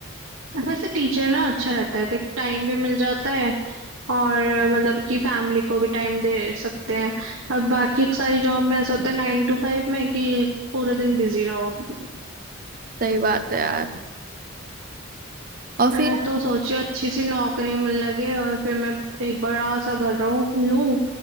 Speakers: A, on the right; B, on the right.
A: वैसे टीचर ना अच्छा रहता है देख टाइम भी मिल जाता है और मतलब कि फैमिली को भी टाइम दे सकते हैं अब बाकी सारी जॉब में ऐसा होता है नाइन टू फाइव में कि पूरे दिन बिजी रहो
B: सही बात है यार और फिर
A: मैं
B: यार
A: तो सोची हूँ अच्छी सी नौकरी मिल लगे और फिर मैं एक बड़ा सा घर रहूं लूं